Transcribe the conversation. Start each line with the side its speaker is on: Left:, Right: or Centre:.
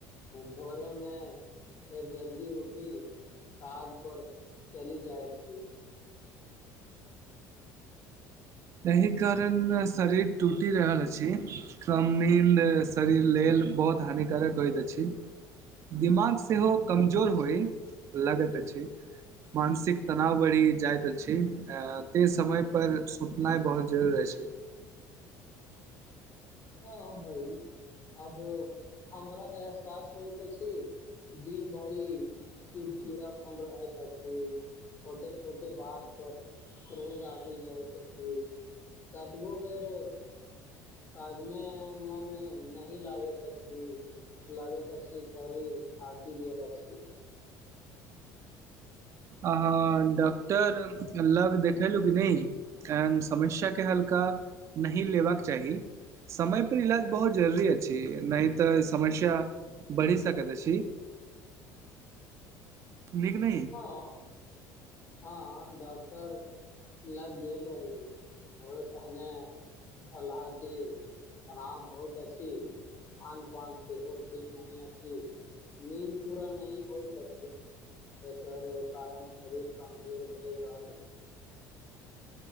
Left: भोरे मे फेर जल्दी उठी काज पर चली जाय छी
Right: एहि कारण शरीर टूटि रहल अछि कम नींद शरीर लेल बहुत हानिकारक होइत अछि दिमाग सेहो कमजोर होय लगैत अछि मानसिक तनाव बढ़ि जाइत अछि ते समय पर सूत- नाहि बहुत जरूरी अछि
Left: हँ भई अब हमरा एहसास होइत अछि दिन भरि चिड़चिड़ा अपन रह। छोटे छोटे बात पर क्रोध आबि जाइत कतबो बेर काज मे मन नहि लागैत अछि लागैत अछि शरीर थाकि गेल अछि
Right: अ डॉक्टर लग देखेलहुँ कि नहि एन समस्याके हल्का नहि लेबाक चाही समयपर इलाज बहुत जरूरी अछि नहि तऽ समस्या बढ़ि सकैत अछि।
Left: <inaudible>
Right: नीक नहि।
Left: हँ हँ डॉक्टर लग गेल रही ओहे कहने छह जे तनाव बहुत अछि खान पान सेहो ठीक नही अछि नीद पूरा नही होइत अछि एकर कारण शरीर। कमजोर भज रहल छी।